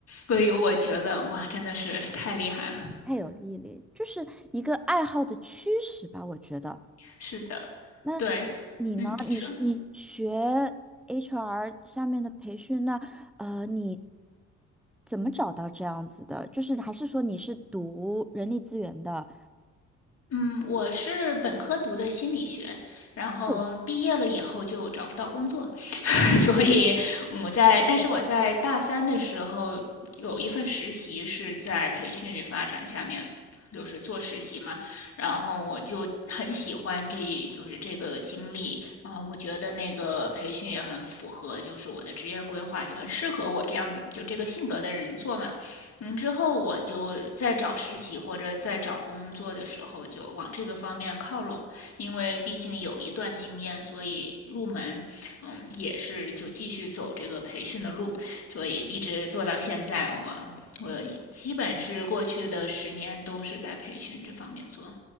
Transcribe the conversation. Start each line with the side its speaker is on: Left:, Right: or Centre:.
Left: 所以我觉得哇，真的是太厉害了。
Centre: 太有毅力，就是一个爱好的驱使吧，我觉得。
Left: 是的，
Centre: 那
Left: 对，
Centre: 你呢？
Left: 嗯，你说，
Centre: 你你学 HR 下面的培训，那呃，你怎么找到这样子的？就是还是说你是读人力资源的？
Left: 嗯，我是本科读的心理学，然后毕业了以后就找不到工作，
Centre: 哦，
Left: <laughs> 所以我在，但是我在大三的时候有一份实习是在培训与发展下面，
Centre: 我懂。
Left: 就是做实习嘛，然后我就很喜欢这一就是这个经历，然后我觉得那个培训也很符合，就是我的职业规划，就很适合我这样就这个性格的人做嘛，嗯，之后我就在找实习或者在找工作的时候，就往这个方面靠拢，因为毕竟有一段经验，所以入门，嗯，也是就继续走这个培训的路，所以一直做到现在，我我基本是过去的十年都是在培训这方面做。